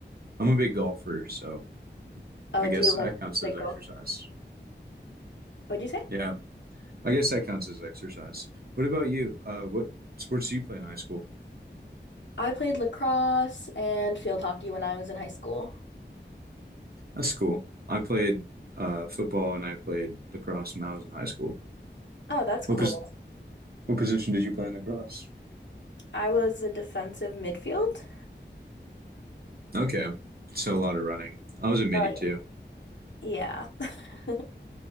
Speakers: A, on the right; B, on the left.
A: I'm a big golfer, so
B: Oh,
A: I guess
B: do you
A: that
B: like
A: counts as
B: like
A: exercise.
B: golf? What'd you say?
A: Yeah, I guess that counts as exercise. What about you? Uh, what sports do you play in high school?
B: I played lacrosse and field hockey when I was in high school.
A: That's cool. I played uh, football and I played lacrosse when I was in high school.
B: Oh, that's cool.
A: What pos what position did you play in lacrosse?
B: I was a defensive midfield.
A: Okay, so a lot of running. I was a midi
B: Oh,
A: too.
B: yeah. Yeah. <laughs>